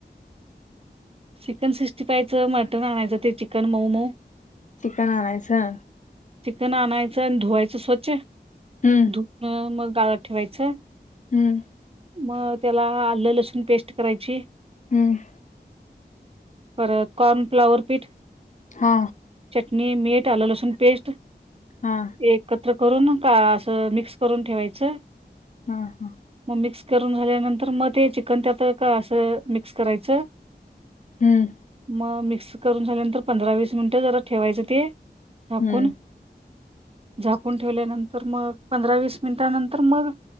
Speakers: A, on the right; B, on the left.
A: चिकन सिक्स्टी फायव च मटन आणायचं ते चिकन मोमो.
B: चिकन आणायचं.
A: चिकन आणायचं आणि धुवायचं, स्वच्छ
B: हम्म
A: धुवन मग गाळ ठेवायचं.
B: हम्म.
A: मग त्याला आलं लसूण पेस्ट करायची
B: हम्म
A: परत कॉर्न फ्लावर पीठ
B: हा
A: चटणी मीठ आल लसूण पेस्ट
B: हा
A: एक तर करून का असं मिक्स करून ठेवायचं
B: हा हा
A: मग मिक्स करून झाल्यानंतर मग ते चिकन त्यात का असं मिक्स करायचं
B: हम्म
A: मिक्स करून झाल्यानंतर पंधरा वीस मिनिट जरा ठेवायचं ते झाकून
B: हम्म
A: झाकून ठेवल्यानंतर मग पंधरा वीस मिनिट नंतर मग